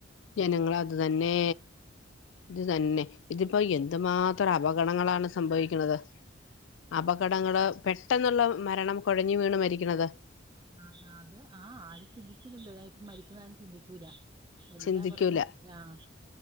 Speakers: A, on the left; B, on the right.
A: ജനങ്ങളതു തന്നെ. ഇത് തന്നെ ഇതിപ്പോ എന്തുമാത്രം അപകടണങ്ങളാണ് സംഭവിക്കുന്നത്. അപകടങ്ങള് പെട്ടെന്നുള്ള മരണം കുഴഞ്ഞു വീണ് മരിക്കണത്.
B: ആഹ് അത് ആഹ്‌ആരും ചിന്തിക്കുന്നില്ല. മരിക്കുന്നതാരുംചിന്തിക്കൂല എല്ലാവർക്കും.
A: ചിന്തിക്കൂല
B: ആഹ്